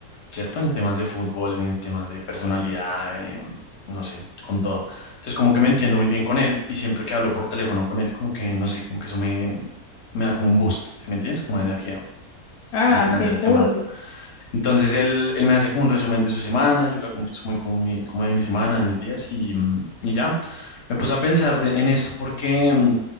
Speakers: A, on the left; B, on the left.
A: ¿cierto? En temas de fútbol, en temas de personalidad, eh, no sé, con todo. Entonces como que me entiendo muy bien con él y siempre que hablo por teléfono con él, como que, no sé, como que eso me, me da como un boost, ¿sí me entiendes? Como de energía
B: Ah,
A: al final
B: qué
A: de la semana.
B: cool.
A: Entonces él, él me hace como un resumen de su semana, yo le hago un resumen como, mi- como de mi semana, de mis días y, mm, y ya. Me puse a pensar de- en esto porque mm,